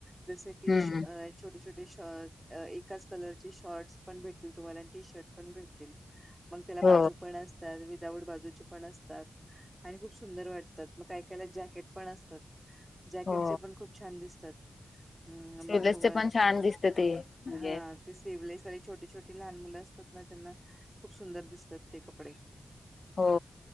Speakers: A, on the right (about 15°); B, on the left (about 55°).
A: जसं की
B: हम्म
A: अ- छोटे छोटे शर्ट, एकाच कलर चे शर्टस पण भेटतील तुम्हाला. आणि टी शर्ट पण भेटतील. मग त्याला
B: हो
A: बाजू पण असतात. विदाउट बाजूचे पण असतात. आणि खूप सुंदर वाटतात. म काही काहिला जॅकेट पण असतात. जॅकेटचे
B: हो
A: पण खूप छान दिसतात. हम्म.
B: स्लीवलेसचे
A: <unintelligible>
B: पण छान दिसते ते म्हणजे
A: हां. ते स्लीवलेस <unintelligible> छोटी छोटी लहान मुलं असतात ना? त्यांना खूप सुंदर दिसतात ते कपडे.
B: हो.